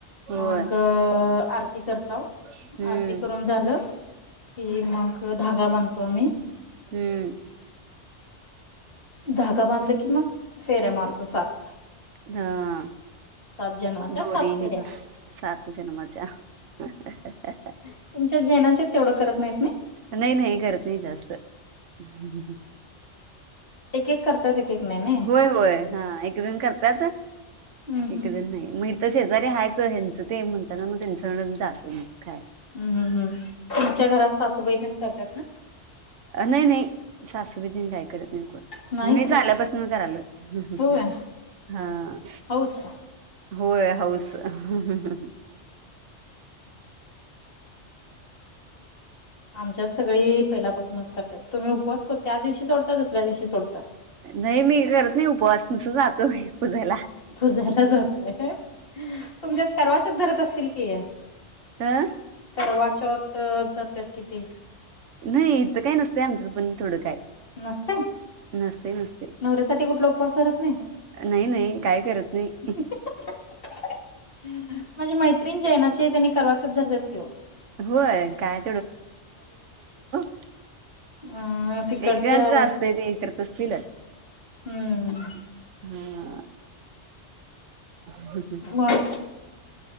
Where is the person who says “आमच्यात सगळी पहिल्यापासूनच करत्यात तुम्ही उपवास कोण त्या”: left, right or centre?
Left